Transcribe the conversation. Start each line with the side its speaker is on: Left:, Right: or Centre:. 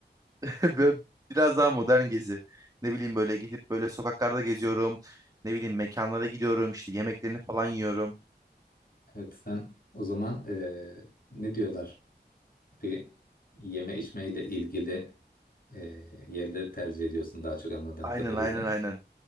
Right: <laughs> Böyle Biraz daha modern gezi. Ne bileyim böyle gidip böyle sokaklarda geziyorum. Ne bileyim mekanlara gidiyorum işte yemeklerini falan yiyorum.
Left: Evet sen o zaman e, ne diyorlar? Bir yeme içmeyle ilgili e, yerleri tercih ediyorsun daha çok anladığım
Right: Aynen
Left: kadarıyla.
Right: aynen aynen.